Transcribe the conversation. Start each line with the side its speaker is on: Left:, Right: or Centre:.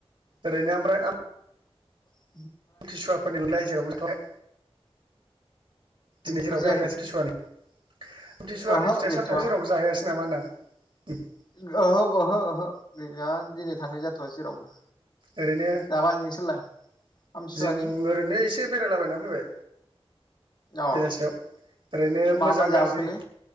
Right: ओरैनो ओमफ्राय
Left: औ
Right: आमथिसुवाफोर नोंलाय जेरावबो थाबाय। दिनै
Left: बुजियाखै
Right: जेरावबो जाहैयासै आमथिसुवानि आमथिसुवानि
Left: ओहो
Right: फिथाइ
Left: गैथ'वा
Right: सामथायाइखौ जेरावबो जाहैयासै नामा होनदां? उम
Left: <unintelligible> ओहो -ओहो गैया दिनै थांनाय जाथ'वा जेरावबो।
Right: ओरैनो
Left: जाबाय नोंसोरलाय आमथिसुवानि
Right: जों ओरैनो एसे बेरायलाबायना फैबाय
Left: औ
Right: बेलासियाव ओरैनो
Left: मा
Right: मोजां
Left: मा जाबोखोलै
Right: गाज्रि